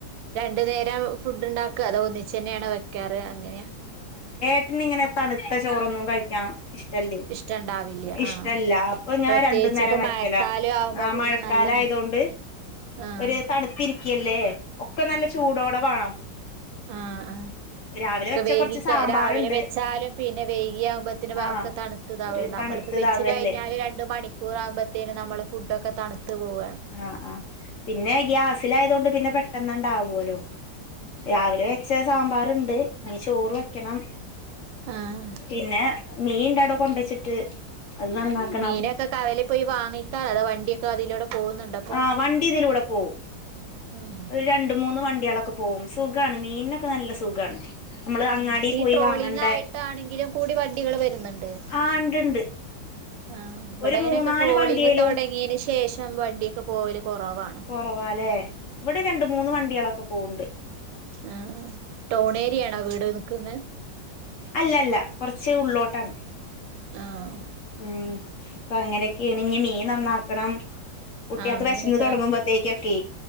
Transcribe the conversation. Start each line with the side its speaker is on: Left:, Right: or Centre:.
Right: രണ്ടു നേരം ഫുഡ് ണ്ടാക്ക അതോ ഒന്നിച്ചെന്നെണോ വെക്കാറ് എങ്ങനെയ
Left: ന്ന്ങ്ങനെ തണുത്ത ചോറൊന്നും കഴിക്കാ ഇഷ്ടല്ലേ
Right: ഇഷ്ടണ്ടാവില്ല
Left: ഇഷ്ടല്ല
Right: ആഹ്
Left: അപ്പൊ ഞാൻ
Right: പ്രത്യേകിച്ച്
Left: രണ്ടു നേരം
Right: ഇപ്പ
Left: വെക്കല
Right: മഴക്കാലം
Left: ആ
Right: ആവുമ്പോ പിന്നെ
Left: മഴക്കാല മഴ
Right: നല്ല
Left: കാല ആയതൊണ്ട്
Right: മ ആഹ്
Left: ഒരു തണുത്തിരിക്കില്ലേ ഒക്കെ നല്ല ചൂടോടെ വേണം
Right: ആ ആ
Left: രാവിലെ വെച്ച
Right: ഒ വേഗിക്ക്
Left: കുറച്ച് സാമ്പാറുണ്ട്
Right: രാവിലെ വെച്ചാലും പിന്നെ വേഗിയ ആകുമ്പോത്തിന്
Left: ആഹ്
Right: ഒക്കെ തണുതാവും
Left: ഒരു
Right: നമ്മളിപ്പോ
Left: തണുത്തതാവല്ലേ
Right: വെച്ച്കഴിഞ്ഞാ രണ്ട് മണിക്കൂർ ആകുമ്പോഴത്തേും നമ്മളള് ഫുഡ് ഒക്കെ തണു പോകും
Left: ആഹ ആഹ പിന്നെ ഗ്യാസിലായതുകൊണ്ട് പിന്നെ പെട്ടെന്ന് അവല്ലോ രാവിലെ വെച്ച സാമ്പാറുണ്ട് ഇഞ്ഞ്ചോറ് വെക്കണം
Right: ആഹ്
Left: പിന്നെ മീൻ ഇണ്ടടോ കൊണ്ടച്ചിട്ട് അത് നന്നാക്കണം
Right: ആ മീനൊക്കെ കവലിപോയി വാങ്ങിടാഅത വണ്ടിയൊക്കെ അതിലൂടെ പോകുന്നുണ്ടോ അപ്പൊ
Left: ആ വണ്ടി ഇതിലൂടെ പോവും
Right: ആഹ്
Left: ഒരു രണ്ട മൂന്ന് വണ്ടി ഒളക്കെ പോവും സുഖമാണ് മീനിനൊക്കെ നല്ല സുഖമാണ് നമ്മള് അങ്ങാടി
Right: ആഹ് ഈ
Left: പോയി
Right: ട്രോളിങ്
Left: വാങ്ങണ്ടേ
Right: ആയിട്ടാണെങ്കിലും കൂടി വണ്ടികള് വരുന്നുണ്ട്
Left: ആഹ ഇണ്ട് ഇണ്ട്
Right: ആ ഇവിടെ
Left: ഒരു
Right: അങ്ങനൊക്കെ
Left: മൂന്നാല്
Right: ട്രോളിങ്ങ്
Left: വണ്ടിയേലും
Right: തുടങ്ങിയതിനന് ശേഷം വണ്ടിയൊക്കെ പോവല് കൊറവാണ്
Left: കൊറവാലേ ഇവിടെ രണ്ട മൂന്ന് വണ്ടികളൊക്കെ പോവണ്ട്
Right: ആഹ ടൗൺ ഏരിയയാണോ വീട് നിക്കുന്ന
Left: അല്ല അല്ല കുറച്ച് ഉള്ളോട്ടാണ്
Right: ആഹ്
Left: ഉം അപ്പൊ അങ്ങനെയൊക്കെയ ആണ്‌മീൻ നന്നാക്കണം കുട്ടികൾക്ക്
Right: ആഹ് മീനൊക്കെ
Left: വിശന്ന് തുടങ്ങുമ്പോത്തേക്കൊക്കെ